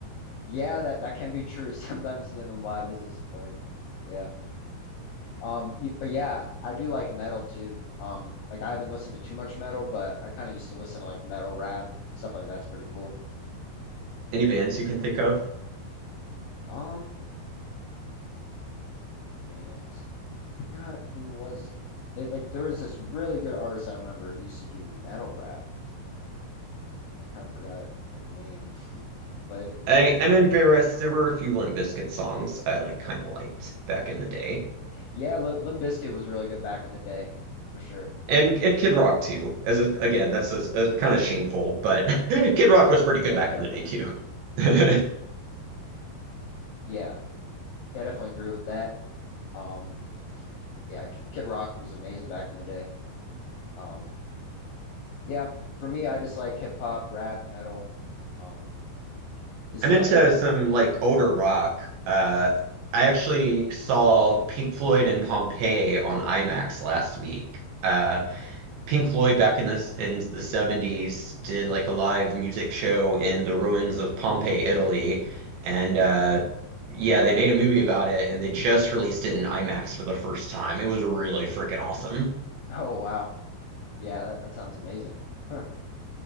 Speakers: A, on the left; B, on the right.
A: Yeah, that that can be true. <laughs> Sometimes seeing them live is disappointing. Yeah. Um y- but yeah, I do like metal too. Um like I haven't listened to too much metal, but I kind of used to listen to like metal rap, stuff like that's pretty cool.
B: Any bands you can think of?
A: Um bands. I forgot who was they like there was this really good artist I remember who used to do metal rap. I kind of forgot their name. <laughs> But uh,
B: I, I'm
A: like
B: embarrassed. There were a few Limp Bizkit songs I like kind of liked back in the day.
A: yeah, Limp Bizkit was really good back in the day for sure.
B: And, and Kid Rock too. As a, again, that's a, a kind of shameful, but <laughs> Kid Rock was pretty good
A: Yeah,
B: back
A: definitely.
B: in the day too. <laughs> I'm
A: Yeah. Yeah, I definitely agree with that. Um, yeah, K- Kid Rock was amazing back in the day. Um, yeah, for me, I just like hip hop, rap, metal. Um, is
B: into
A: there like any?
B: some
A: <laughs>
B: like older rock. Uh, I actually saw Pink Floyd and Pompeii on IMAX last week. Uh, Pink Floyd back in this in the 70s did like a live music show in the ruins of Pompeii, Italy, and uh, yeah, they made a movie about it, and they just released it in IMAX for the first time. It was really freaking awesome.
A: Oh, wow. Yeah, that, that sounds amazing. <laughs>